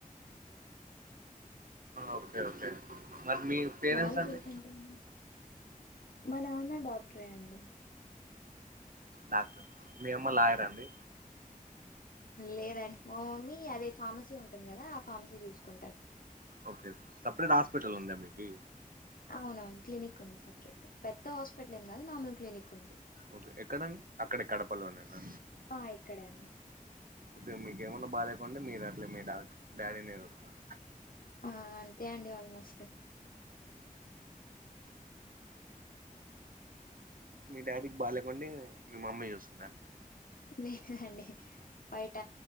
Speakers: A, on the right; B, on the left.
A: ఓకే ఓకే మరి మీ. పేరెంట్స్
B: వాళ
A: అండి
B: రీసెట్ గానీ మా నాన్న డాక్టరే అండి.
A: డాక్టర్ మీ అమ్మ లాయర్ అండి.
B: లేదండి మా మమ్మీ అదే ఫార్మసీ ఉంటుంది కదా ఆ ఫార్మసీ చూసుకుంటారు.
A: ఓకే సపరేట్ హాస్పిటల్ ఉందా మీకి
B: అవునవును క్లినిక్ ఉంది సపరేట్ పెద్ద హాస్పిటల్ ఏం కాదు నార్మల్ క్లినిక్ ఉంది.
A: ఓకే ఎక్కడండి అక్కడే కడపలోనినా
B: ఆ ఇక్కడే అండి.
A: ఓకే మీకేమన్నా బాగాలేకుంటే మీరు అట్లే మీ డాక్టర్ డాడీని చూస్తారా
B: ఆ అంతే అండి ఆల్మోస్ట్.
A: మీ డాడీకి బాలేకుంటే మీ మమ్మీ చూస్తుంద
B: లేదండి బయట